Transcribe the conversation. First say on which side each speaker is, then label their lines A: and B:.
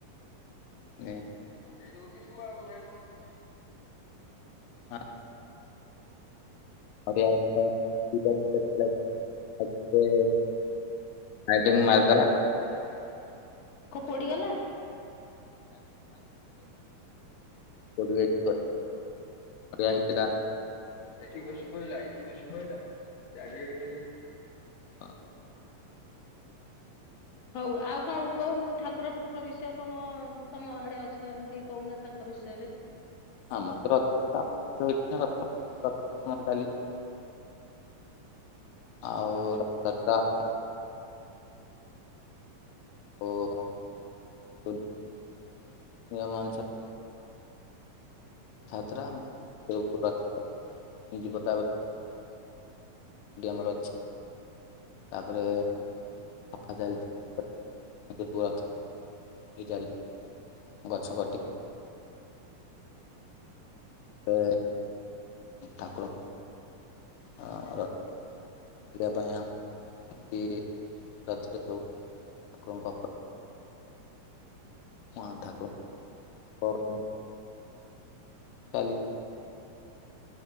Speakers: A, on the left; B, on the left.
A: ହୁଁ।
B: <inaudible>
A: ହଁ। <unintelligible> ସାଇଟିଙ୍ଗ ମାର
B: ହଁ। କୋଉ ପୋଡିଗଲା।
A: ପିଇବ ଆଇଥିଲା।
B: ଏଠି ବସୁ କହିଲା ଏଠି ବସୁ କହିଲା ସେ ଆଗ ଆଡେ ଖାଲି।
A: ହ।
B: ହଉ ଆଉ କଣ କହୁଉ ଠାକୁର ଫାକୁର ବିଷୟ କଣ ତମ ଆଡେ ଅଛନ୍ତି କହୁନା ତାଙ୍କ ବିଷୟରେ?
A: ଆମର ତ ରଥଯାତ୍ରା ରହିଛି, ରଥଯାତ୍ରା ଆମର ଚାଲିଛି ଆଉ <inaudible> <inaudible> ଯାତ୍ରା <unintelligible> ଏଠି ଆମର ଅଛି। ତାପରେ କାମ ଚାଲିଚି ଟିକେ କୁହନ୍ତୁ। <inaudible> ସେ ଠାକୁର ଆ କରିବା ପାଇଁ ଆମ୍ ଗିରି ରଥରେ ଥାଉ ଠାକୁରଙ୍କ ହ କୁ ହଉ ଚାଲି